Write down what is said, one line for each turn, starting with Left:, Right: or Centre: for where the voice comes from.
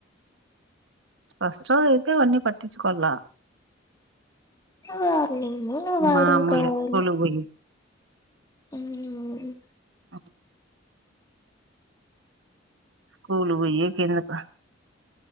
Right: ఫస్ట్ టైం అయితే అవన్ని పట్టించుకోల
Left: వార్నింగ్ నా వార్నింగ్
Right: మామూలే
Left: కావాలి
Right: స్కూల్ కు పోయి
Left: మ్మ్
Right: అ స్కూలు పొయ్యే కెందుకు